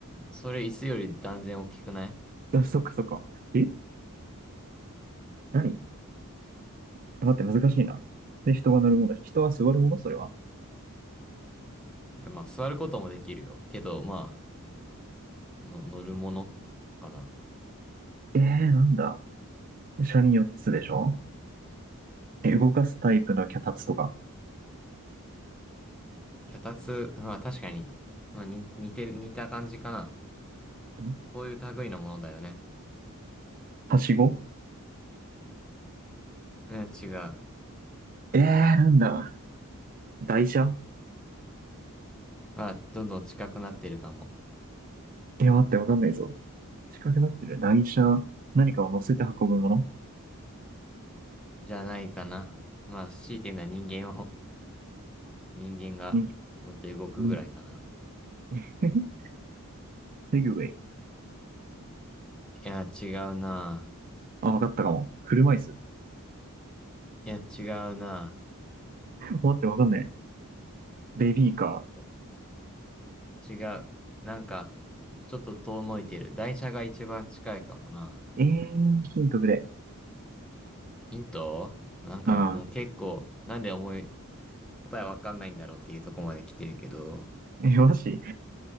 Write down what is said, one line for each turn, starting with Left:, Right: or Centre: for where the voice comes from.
Centre: それ椅子より断然大きくない
Right: あそっかそっか。え何待って、難しいな。で、人が乗るもの人は座るものそれは。
Centre: いや、まあ、座ることもできるよ。けど、まあ、の、乗るものかな。
Right: えー、なんだ。車輪4つでしょえ、動かすタイプの脚立とか。
Centre: 脚立、まあ確かに、まあに、似てる、似た感じかな。
Right: ん
Centre: こういう類のものだよね。
Right: はしご
Centre: うん、違う。
Right: えー、なんだ。台車
Centre: まあ、どんどん近くなってるかも。
Right: いや、待って、わかんないぞ。近くなってる。台車、何かを乗せて運ぶもの
Centre: じゃないかな。まあ、強いて言うのは人間を、<laughs> 人間が乗って動くぐらいかな。
Right: に、に <laughs> セグウェイ
Centre: いや、違うな。
Right: <laughs>。あ、わかったかも。車椅子。
Centre: いや、違うな。
Right: 待って、わかんない。ベビーカ
Centre: お違う。なんか、ちょっと遠のいてる。台車が一番近いかもな。
Right: ー。えー、ヒントくれ。
Centre: ヒントなんかもう結構、
Right: あー
Centre: なんで思い、答えわかんないんだろうっていうとこまで来てるけど。
Right: え、マジ